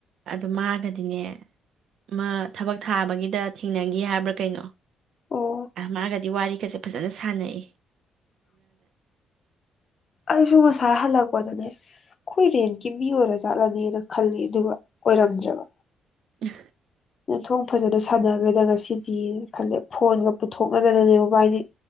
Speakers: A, on the right; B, on the left.
A: ꯑꯗꯣ ꯃꯥꯒꯗꯤꯅꯦ ꯃꯥ ꯊꯕꯛ ꯊꯥꯕꯒꯤꯗ ꯊꯦꯡꯅꯈꯤ ꯍꯥꯏꯕ꯭ꯔꯥ ꯀꯩꯅꯣ
B: ꯑꯣ
A: ꯃꯥꯒꯗꯤ ꯋꯥꯔꯤꯒꯁꯦ ꯐꯖꯅ ꯁꯥꯟꯅꯩꯌꯦ
B: ꯑꯩꯁꯨ ꯉꯁꯥꯏ ꯍꯜꯂꯛꯄꯗꯅꯦ ꯑꯩꯈꯣꯏ ꯔꯦꯟꯀꯤ ꯃꯤ ꯑꯣꯏꯔ ꯖꯥꯠꯂꯅꯦꯅ ꯈꯜꯂꯦ ꯑꯗꯨꯒ ꯑꯣꯏꯔꯝꯗ꯭ꯔꯕ
A: ꯑ
B: ꯑꯣꯟꯊꯣꯡ ꯐꯖꯅ ꯁꯥꯟꯅꯈ꯭ꯔꯦꯗ ꯉꯁꯤꯗꯤꯅ ꯈꯜꯂꯦ ꯐꯣꯟꯒ ꯄꯨꯊꯣꯛꯅꯗꯅꯅꯦ ꯃꯕꯥꯏꯅꯤ